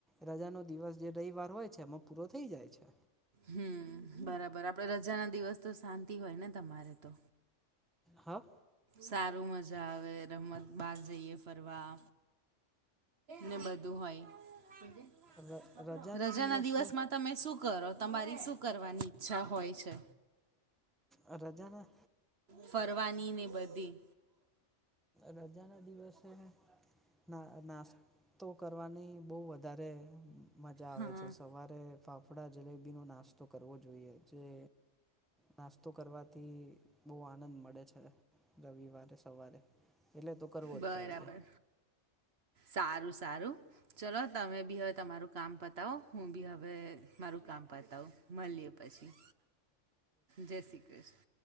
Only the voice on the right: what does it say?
હમ બરાબર. આપડે રજાના દિવસ તો શાંતિ હોય ને તમારે તો?
સારું મજા આવે રમત બાર જઈએ ફરવા. ને બધું હોય <inaudible>
રજાના
દિવસમાં તમે શું કરો? તમારી શું કરવાની ઈચ્છા હોય છે?
ફરવાનીને એ બધી
હા
બરાબર.
સારું સારું. ચલો તમે બી હવે તમારું કામ પતાવો. હું બી હવે મારું કામ પતાવું. મલીએ. પછી જય શ્રી કૃષ્ણ.